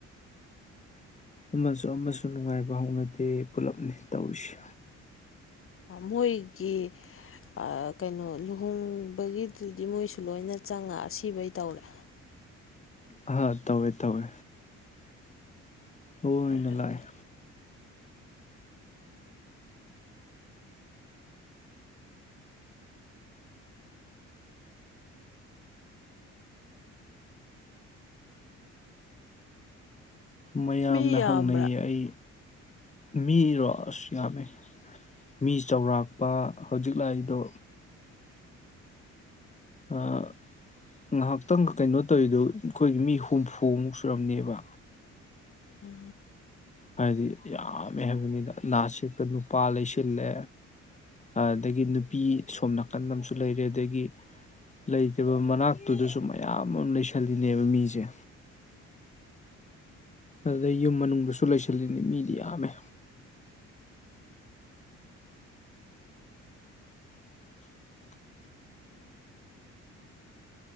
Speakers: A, on the left; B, on the left.
A: ꯑꯃꯁꯨ ꯑꯃꯁꯨ ꯅꯨꯡꯉꯥꯏꯕ ꯍꯧꯅꯗꯦ ꯄꯨꯂꯞꯅꯦ ꯇꯧꯔꯤꯁꯦ
B: ꯃꯣꯏꯒꯤ ꯑꯥ ꯀꯩꯅꯣ ꯂꯨꯍꯣꯡꯕꯒꯤꯗꯨꯗꯤ ꯃꯣꯏꯁꯨ ꯂꯣꯏꯅ ꯆꯪꯉ ꯑꯁꯤꯕꯩ ꯇꯧꯔꯦ
A: ꯑꯍꯥ ꯇꯧꯋꯦ ꯇꯧꯋꯦ ꯂꯣꯏꯅ
B: ꯐꯔꯛꯅꯦ
A: ꯂꯥꯛꯑꯦ ꯃꯌꯥꯝꯅ
B: ꯃꯤ ꯌꯥꯝꯕ꯭ꯔꯥ
A: ꯍꯪꯅꯩꯌꯦ ꯑꯩ ꯃꯤꯔꯣ ꯑꯁ ꯌꯥꯝꯃꯦ ꯃꯤ ꯆꯥꯎꯔꯥꯛꯄ ꯍꯧꯖꯤꯛ ꯂꯥꯛꯏꯗꯣ ꯑꯥ ꯉꯥꯏꯍꯥꯛꯇꯪ ꯀꯩꯅꯣ ꯇꯧꯔꯤꯗꯨ ꯑꯩꯈꯣꯏꯒꯤ ꯃꯤ ꯍꯨꯝꯐꯨꯃꯨꯛ ꯁꯨꯔꯝꯅꯦꯕ
B: ꯎꯝ
A: ꯍꯥꯏꯗꯤ ꯌꯥꯝꯃꯦ ꯍꯥꯏꯕꯅꯤꯅ ꯂꯥꯁ ꯁꯤꯠꯇ ꯅꯨꯄꯥ ꯂꯩꯁꯤꯜꯂꯦ ꯑꯗꯒꯤ ꯅꯨꯄꯤ ꯁꯣꯝ ꯅꯥꯀꯟ ꯑꯃꯁꯨ ꯂꯩꯔꯦ ꯑꯗꯒꯤ ꯂꯩꯇꯕ ꯃꯅꯥꯛꯇꯨꯗꯁꯨ ꯃꯌꯥꯝ ꯑꯃ ꯂꯩꯁꯜꯂꯤꯅꯦꯕ ꯃꯤꯖꯦ ꯑꯗꯨꯗꯩ ꯌꯨꯝ ꯃꯅꯨꯡꯗꯁꯨ ꯂꯩꯁꯤꯜꯂꯤꯅꯤ ꯃꯤꯗꯤ ꯌꯥꯝꯃꯦ